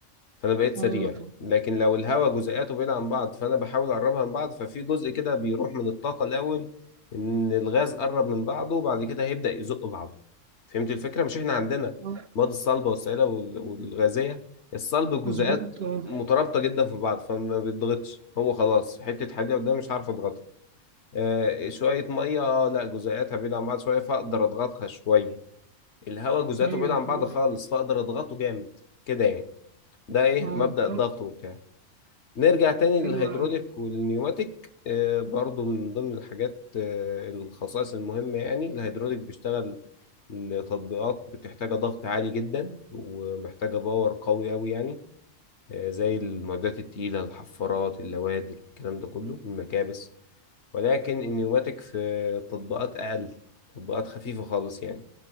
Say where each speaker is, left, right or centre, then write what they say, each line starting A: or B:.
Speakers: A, on the left (about 60°); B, on the right (about 65°).
A: فانا بقيت سريع
B: أه طب
A: لكن لو الهواء جزيئاته بعيدة عن بعض فانا بحاول اقربها من بعض ففي جزء كده بيروح من الطاقة الاول ان الغاز قرب من بعضه وبعد كده هيبدأ يزق بعضه فهمت الفكرة مش احنا عندنا
B: اه
A: المواد الصلبة والسائلة وال- والغازية الصلب الجزيئات
B: مظبوط اه
A: مترابطة جدا في بعض فما بيتضغطش هو خلاص حتة حديدة قدام مش هعرف اضغطها آه، شوية مية آه، لا جزيئاتها بعيدة عن بعض شوية فاقدر اضغطها شوية الهواء جزيئاته
B: ايوه
A: بعيدة عن
B: فهمت
A: بعض خالص فاقدر اضغطه جامد كده يعني ده ايه
B: اه
A: مبدأ
B: طب
A: الضغط وبتاع نرجع تاني
B: طب حلو
A: للهيدروليك
B: أوي.
A: والنيوماتيك آه، برضو من ضمن الحاجات آه، الخصائص المهمة يعني الهيدروليك بيشتغل لتطبيقات بتحتاج ضغط عالي جدا ومحتاجة باور قوي قوي يعني آه، زي المعدات التقيلة الحفارات اللوادر الكلام ده كله المكابس ولكن النيوماتيك في تطبيقات أقل تطبيقات خفيفة خالص يعني